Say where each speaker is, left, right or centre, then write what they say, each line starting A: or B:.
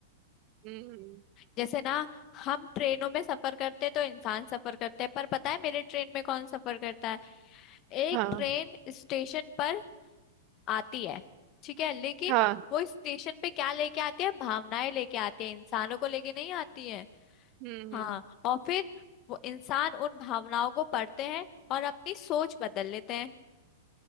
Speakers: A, on the right (about 40°); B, on the left (about 30°).
A: हम्म
B: जैसे ना हम ट्रेनों में सफर करते तो इंसान सफर करते हैं पर पता है मेरे ट्रेन में कौन सफर करता है एक
A: हाँ
B: ट्रेन स्टेशन पर आती है ठीक है लेकिन
A: हाँ
B: वो स्टेशन पे क्या लेके आती है भावनाएं लेके आती है इंसानों को लेके नहीं आती है
A: हम्म
B: हाँ
A: हम्म
B: और फिर वो इंसान उन भावनाओं को पढ़ते हैं और अपनी सोच बदल लेते हैं